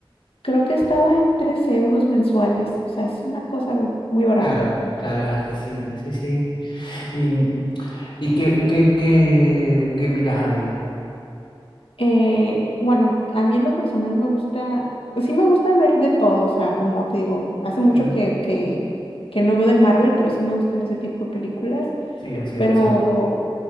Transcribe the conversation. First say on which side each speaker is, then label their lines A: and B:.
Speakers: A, on the left; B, on the left.
A: creo que estaba en 3 euros mensuales, o sea, es una cosa muy barata.
B: Claro, claro, es accesible, sí, sí. ¿Y, y qué, y qué, qué, qué miras ahí?
A: Eh, bueno, a mí en lo personal me gusta, pues sí me gusta ver de todo, o sea, como te digo, hace mucho
B: Ujú,
A: que, que, que no veo de Marvel, pero sí me gustan ese tipo de películas.
B: Sí, así
A: pero,
B: de acción.